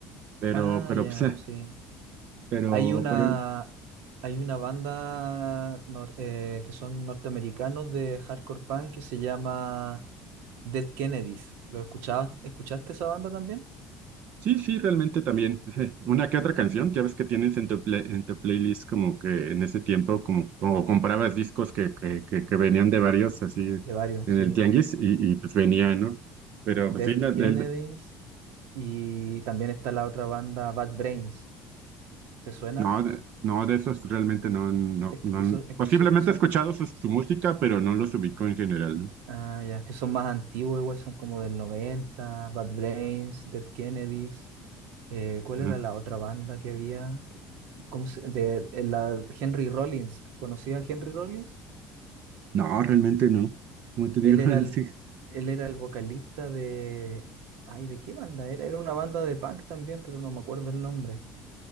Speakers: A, on the right (about 45°); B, on the right (about 70°).
A: Pero,
B: Ah,
A: pero,
B: ya,
A: pues, eh,
B: sí.
A: pero,
B: Hay una,
A: pero,
B: hay una banda nor- eh, que son norteamericanos de hardcore punk que se llama Dead Kennedys. ¿Lo escuchabas? ¿Escuchaste esa banda también?
A: sí, sí, realmente también. eh, Una que otra canción, ya ves que tienes en tu, play- en tu playlist como que en ese tiempo, como, como comprabas discos que, que, que, que venían de varios, así,
B: De varios,
A: en
B: sí.
A: el tianguis, y, y pues venía, ¿no? Pero,
B: Dead
A: pues sí, no, del-
B: Kennedys y también está la otra banda Bad Brains. ¿Te suena?
A: no, de, no, de esos realmente no, no,
B: Es
A: no,
B: que eso- es
A: posiblemente
B: que so- son,
A: he escuchado su, su música, pero no los ubico en general, ¿no?
B: ah, ya, es que son más antiguos, igual son como del 90 Bad Brains, Dead Kennedys. Eh, ¿cuál
A: Ajá.
B: era la otra banda que había? ¿cómo se- de, de la Henry Rollins. ¿Conocías a Henry Rollins?
A: No, realmente no. Como te digo,
B: Él era
A: <laughs>
B: el,
A: sí,
B: él era el vocalista de... Ay, ¿de qué banda? Era, era una banda de punk también, pero no me acuerdo el nombre.